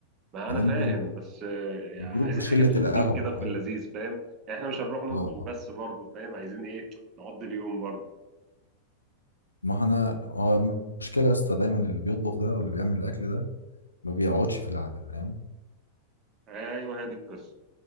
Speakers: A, on the right; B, on the left.
A: ما
B: بعدين
A: انا فاهم
B: الجروب
A: بس آه،
B: الجروب
A: عايزين
B: بشلة
A: حاجة في الخفيف
B: القهوة
A: كده في
B: فاهم
A: اللذيذ فاهم؟ يعني احنا مش هنروح نطبخ
B: اه
A: بس برضو فاهم؟ عايزين ايه؟ نقضي اليوم برضو
B: ما انا هو المشكلة يا اسطى دايما اللي بيطبخ ده واللي بيعمل الاكل ده ما بيقعدش في القعدة فاهم
A: ايوه هي دي القصة